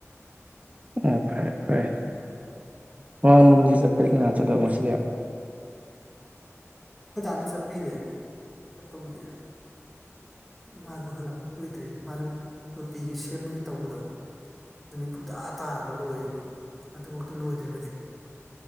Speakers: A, on the right; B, in the centre.
A: ꯑꯣ ꯐꯔꯦ ꯐꯔꯦ ꯃꯥ ꯃꯝꯖꯤ ꯆꯠꯄꯔꯤꯡ ꯉ ꯆꯗꯧꯕꯁꯦ ꯏꯁ
B: ꯑꯩꯈꯣꯏ ꯗꯥꯅ ꯆꯠꯄꯤꯔꯦ ꯆꯠꯄꯕꯨꯗꯤ ꯃꯥꯁꯨ ꯍꯜꯂꯛꯄ ꯀꯨꯏꯗ꯭ꯔꯤ ꯃꯥꯁꯨ ꯇꯣꯇꯤꯒꯤ ꯁꯦꯝꯕꯒꯤ ꯇꯧꯕꯗꯣ ꯅꯨꯃꯤꯠ ꯄꯨꯧꯇꯥꯥ ꯇꯥꯔꯒ ꯂꯣꯏꯌꯦꯕ ꯑꯗꯨꯐꯥꯎꯇ ꯂꯣꯏꯗ꯭ꯔꯤꯕꯅꯤ